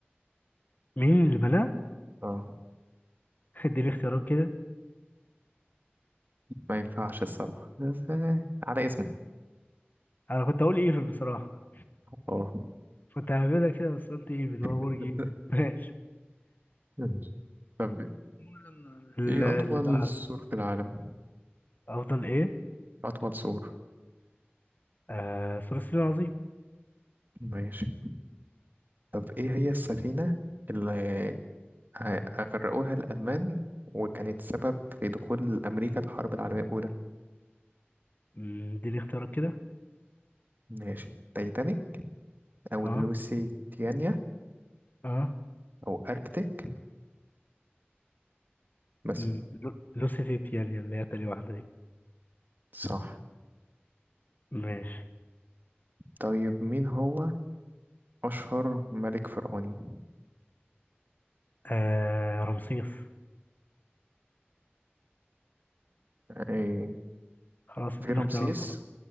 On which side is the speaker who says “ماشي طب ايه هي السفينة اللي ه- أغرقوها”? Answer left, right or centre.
Right